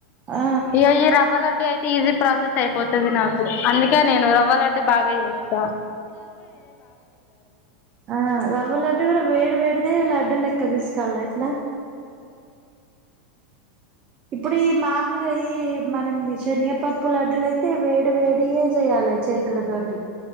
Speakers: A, on the right; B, on the left.
A: ఆ
B: ఇ ఈ రవ్వలడ్డీ అయితే ఈజీ ప్రాసెస్ అయిపోతుంది నాకు అందుకే నేను రవ్వ లడ్డీ బాగా వ ఎస్త
A: ఆ రవ్వ లడ్డు కూడా వేడి వేడి న లడ్డు లెక్క పిసకాలా ఎట్లా ఇప్పుడు ఈ మామూలుగా ఈ మనం దశనిగపప్పు లడ్డల అయితే వేడి వేడిగా చేయాలై చేతుల తోటి